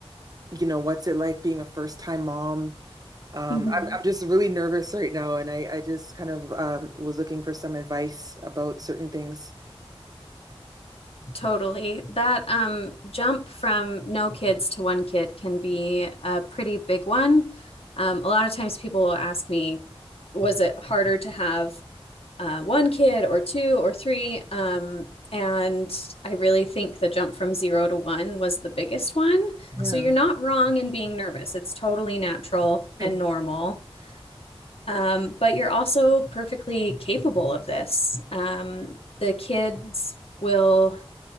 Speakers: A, on the right (about 40°); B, on the left (about 70°).
A: you know what's it like being a first time mom um,
B: hmm
A: I'm, I'm just really nervous right now and i, I just kind of um, was looking for some advice about certain things
B: Totally. That um jump from no kids to one kid can be a pretty big one. Um, a lot of times people will ask me, was it harder to have uh, one kid or two or three? Um, and I really think the jump from zero to one was the biggest one.
A: yeah
B: So you're not wrong in being nervous. It's totally natural and
A: Okay.
B: normal. Um, but you're also perfectly capable of this. Um, the kids will,